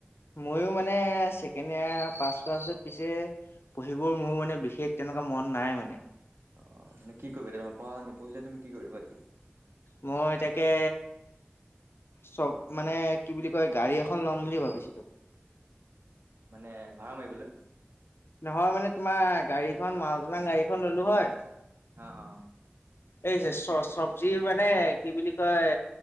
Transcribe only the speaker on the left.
ময়ো মানে ছেকেণ্ড ইয়াৰ পাছ কৰাৰ পিছত পিছে পঢ়িবৰ মোৰ মানে বিশেষ তেনেকুৱা মন নাই মানে।
মই তাকে চক মানে কি বুলি কয় গাড়ী এখন ল'ম বুলি ভাবিছিলোঁ।
নহয় মানে তোমাৰ গাড়ীখন মালটনা গাড়ীখন ললো হয়।
এই যে চ চব্জি মানে কি বুলি কয়